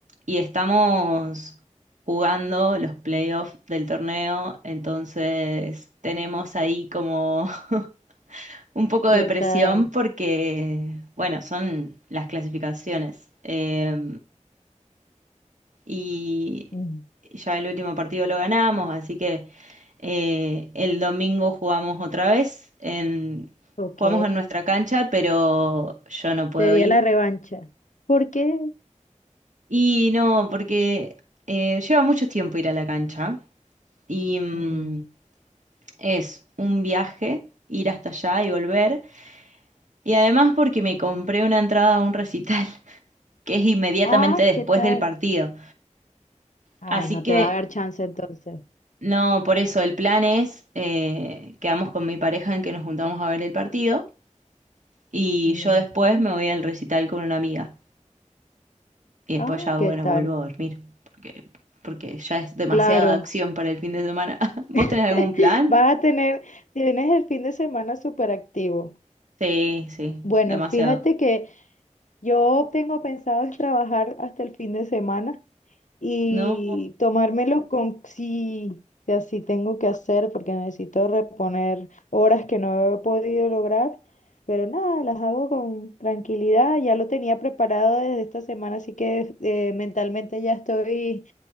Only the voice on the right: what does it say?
y estamos jugando los playoffs del torneo, entonces tenemos ahí como <laughs> un poco
de presión
porque, bueno, son las clasificaciones. Eh, y
ya el último partido lo ganamos, así que eh, el domingo jugamos otra vez en,
jugamos en nuestra cancha, pero yo no puedo
ir.
Y no, porque eh, lleva mucho tiempo ir a la cancha y mm,
es un viaje ir hasta allá y volver. Y además porque me compré una entrada a un recital <laughs> que es inmediatamente
después
del partido.
Así
que
No, por eso el plan es, eh, quedamos con mi pareja en que nos juntamos a ver el partido y
yo después me voy al recital con una amiga y después
ya, bueno,
vuelvo a dormir porque, porque ya es demasiada
acción para el fin de semana. <laughs> ¿Vos
tenés algún plan?
Sí, sí,
demasiado.
No,